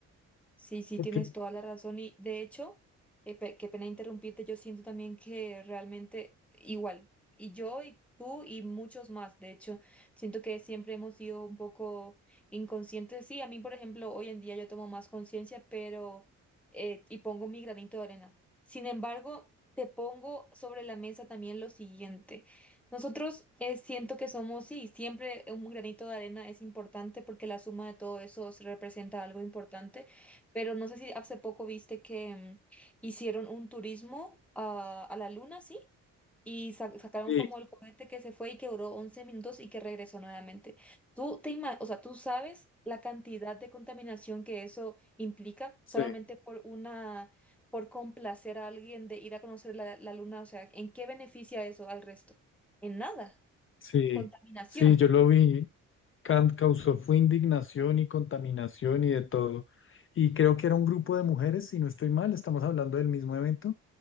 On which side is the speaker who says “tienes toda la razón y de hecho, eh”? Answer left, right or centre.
Centre